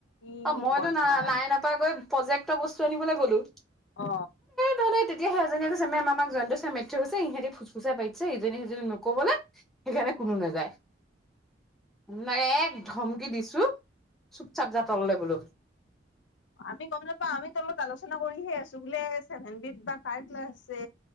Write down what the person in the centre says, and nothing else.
অ মইতো
নাইনপা গৈ প্ৰজেক্টৰ বস্তু আনিবলৈ গ'লো
তেতিয়া সদায় তেতিয়া সেই এজনী কৈছে মেম আমাক জয়ন্ত ছাৰে মাৰি থৈ গৈছে হৈছে ইহঁতি ফোচফুচাই পাতিছে ইজনীয়ে সিজনীক নকবলৈ সেইকাৰণে কোনো নাযায় নাই এক ধমকি দিছো চুপচাপ জা তললে বোলো